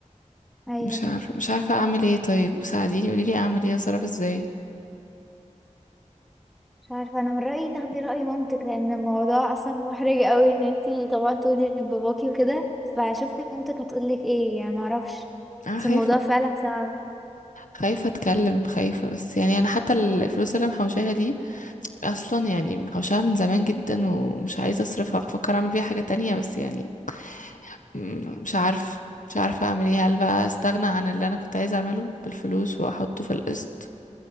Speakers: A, in the centre; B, on the left.
A: أيوة
B: مش عارفة مش عارفة اعمل ايه طيب ساعديني قوليلي اعمل ايه اتصرف ازاي
A: مش عارفة أنا من رأيي تاخدي رأي مامتك لأن الموضوع أصلا محرج قوي إن انتي طبعا تقولي لباباكي وكده فشوفي مامتك هتقولك ايه يعني معرفش
B: انا
A: بس
B: خايفة
A: الموضوع فعلا صعب
B: خايفة اتكلم خايفة بس يعني انا حتى الفلوس اللي أنا محوشاها دي اصلا يعني محوشاها من زمان جدا ومش عايزة اصرفها بفكر اعمل بيها حاجة تانية بس يعني م- مش عارفة مش عارفة اعمل ايه هل بقى استغنى عن اللي انا كنت عايزة اعمله بالفلوس واحطه في القسط